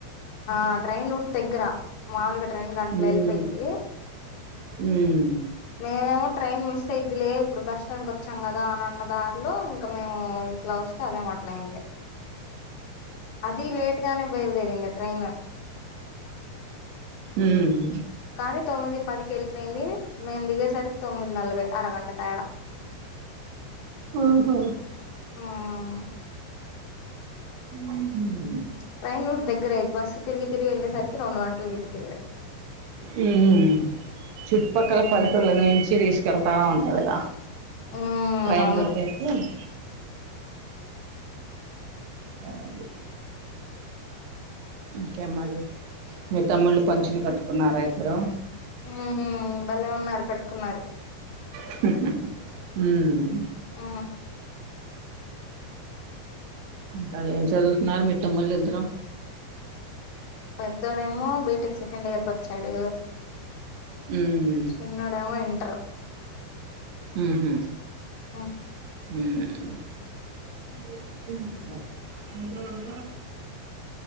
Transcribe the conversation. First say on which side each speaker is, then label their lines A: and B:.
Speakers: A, on the left; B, on the right.
A: ఆ ట్రైయిన్ రూట్ దగ్గర మాలుగ ట్రైన్ గంట్లో
B: ఉమ్
A: ఎళ్ళిపోయిది
B: ఉమ్
A: మేమేమో ట్రైన్ మిస్ అయిద్దిలే ఇప్పుడు బస్ స్టాండ్ కొచ్చాం గదా అని అన్న దారిలో ఇంకా మేము ఇట్లా ఒస్తే అదేమ్ అట్లా అయింది అది లేట్గానే బయలుదేరింది ట్రైన్
B: ఊమ్
A: కానీ తొమ్మిది పదికెళ్ళిపోయింది మేమ్ దిగేసరి తొమ్మిది నలభై అరగంట తేడా
B: ఆహా
A: మ్మ్
B: ఉమ్మ్ హ్
A: ట్రైన్ లూట్ దగ్గరయి బస్సు తిగి తిరిగి ఏళ్ళేసరికి రెండు గంటల్ తీసుకెళ్లాడు
B: ఊ హు చుట్టుపక్కల
A: మ్మ్
B: పల్టుల నుంచి తీస్ తిరట ఉంటుందిగా
A: మ్మ్
B: ట్రైన్
A: అవును
B: రోటేకి ఊమ్మ్ అ అగే ఇంకే మరి మీ తమ్ముళ్ళు పంచులు కట్టుకున్నారా ఇద్దరూ
A: ఊ బలే ఉన్నారు కట్టుకున్నారు
B: ఉమ్
A: ఆ
B: ఇంకా ఏం చదుత్నారూ మీ తమ్ముల్లిద్దరు
A: పెద్దోడేమో బీటెక్ సెకండ్ ఇయర్ కొచ్చాడు
B: ఉమ్
A: చిన్నోడేమో ఇంట్రు
B: ఉహు
A: ఉమ్
B: ఊ <unintelligible>